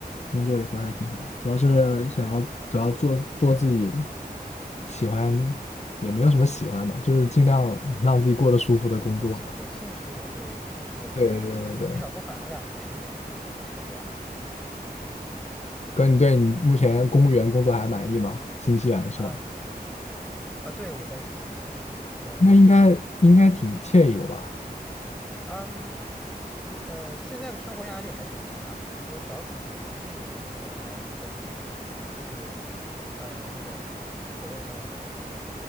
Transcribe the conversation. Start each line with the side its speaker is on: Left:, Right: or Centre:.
Left: 工作一会儿还挺好的，主要是想要主要做做自己喜欢，也没有什么喜欢吧，就是尽量让自己过得舒服的工作吧。
Centre: 有兴有兴趣的，对，有兴趣的，或者是至少不反感的，
Left: 对对对对，
Centre: <laughs> 是这样。
Left: 哥，你对你目前公务员工作还满意吗？新西兰是吗？
Centre: 啊啊，对，我在新西兰，对，嗯。
Left: 那应该应该挺惬意的吧？
Centre: 嗯，呃，现在的生活压力还是挺大的。就早几年、前几年的时候，还真是就是，呃，那种所谓的很，